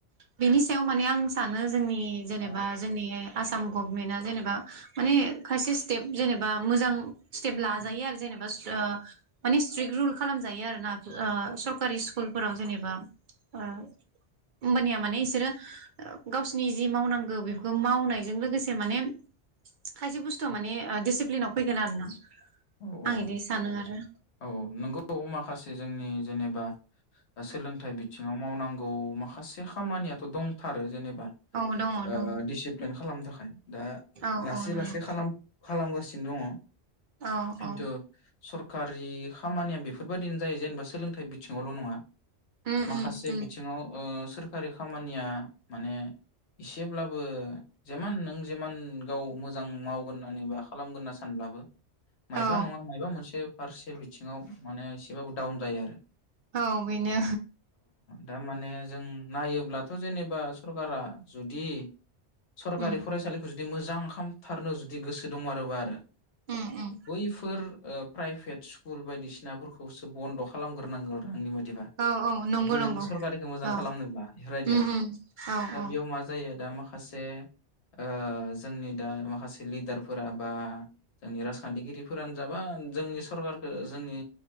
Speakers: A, on the right; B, on the left.
A: बिनि सायाव माने आं सानो जोंनि इ जेनेबा
B: औ
A: जोंनि आसाम गभमेट आ जेने बा माने खायसे टेप जेनेबा मोजां स्टेप लाजायो
B: औ
A: आरो जेनेबा ओ माने स्ट्रिक रुल खालामजायो आरोना। ओ सरकारि स्कुलफोराव जेनेबा ओ होमबानिया माने ए सोरो ओ गावसिरनि जि मावनांगौ बेफोरखौ मावनायजों लोगोसे माने खायसे बुस्थुआ
B: औ
A: माने ओ डिसिप्लिनाव फैगोन आरो ना
B: औ औ
A: आं इदि सानो आरो
B: औ नंगौ माखासे जोंनि जेनेबा सोलोंथाइ बिथिङाव मावनांगौ। औ माखासे खामानियाथ' दंथारो जेने बा
A: औ दङ
B: ओ
A: दङ
B: दिसिप्लिन खालामनो थाखाय दा
A: औ
B: लासै
A: औ नंगौ
B: लासै खालाम। खालामगासिनो दङ।
A: औ
B: खिन्थु
A: औ
B: सर खारि खामानिया बेफोरबायदिनो जायो जेनेबा सोलोंथाइ बिथिङावल' नङा
A: उम
B: माखासे
A: उम उम
B: बिथिङाव ओ थोरखारि खामानिया माने एसेब्लाबो जेमान नों जेमान गाव मोजां मावगोन होननानै बा खालामगोन होनना सानब्लाबो मायबा
A: औ
B: नङा मायबा मोनसे फारसे बिथिङाव माने एसेबाबो डाउन जायो आरो
A: औ बिनो
B: दामाने जों नायोब्लाथ' जेनेबा सरकारा जुदि सरकारि
A: उम
B: फरायसालि दि मोजां खामथारनो जुदि गोसो दंमारोबा आरो
A: उम उम
B: बैफोर ओ प्राइभेट स्कुल बायदिसिनाफोरखौसो बन्द' खालामग्रोनांगौ आंनि म दिबा
A: औ औ नंगौ
B: जुदि
A: नंगौ
B: नों सरकारिखौ मोजां
A: औ
B: खालामनोब्ला बेफोरबायदि
A: उम
B: आरो
A: उम औ
B: दा
A: औ
B: बेयाव मा जायो दा माखासे माखासे ओ जोंनि दा माखासे लिडारफोरा बा जोंनि राजखान्थिगिरिफोरानो जाबा जोंनि सरखारखौ जोंनि